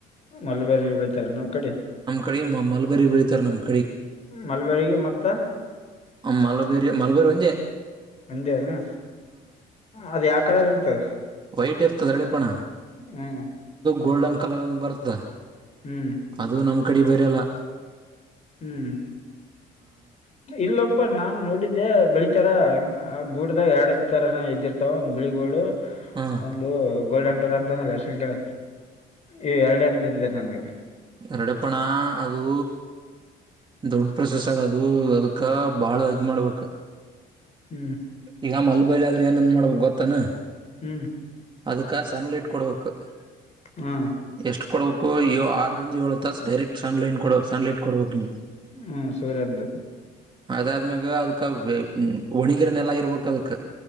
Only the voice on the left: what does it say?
ಮಲ್ಬೇರಿ ಬೆಳ ನಾವ್ ಕಡೆ
ಮಲ್ಬರ್ಗ ಮತ್ತ
ಒಂದೇನಾ, ಅದ ಯಾ ಕಡೆ ಇರ್ ಮತ್ತು
ಹ್ಮ್
ಹ್ಮ್
ಹ್ಮ್ ಇಲ್ಲೊಪ್ಪಣ. ನೋಡಿದ್ದೆ ಬೆಳಿತರ ಆ ಗುಡ್ಡದಾಗ ಎರಡ ತರ ಇದ್ದಿರ್ತಾವ, ಒಂದ್ ಬಿಳಿಗೂಡು
ಒಂದು ಗೋಲ್ಡನ್. ಅಂತಲ್ಲ ಅಶವನ್ ಕಳ ಇ ಎರಡು ಅಂತಂದಿದ್ದಾರೆ ನನ್ಗೆ.
ಹ್ಮ್
ಹ್ಮ್
ಹಾ
ಹ್ಮ್ ಸೂರತ್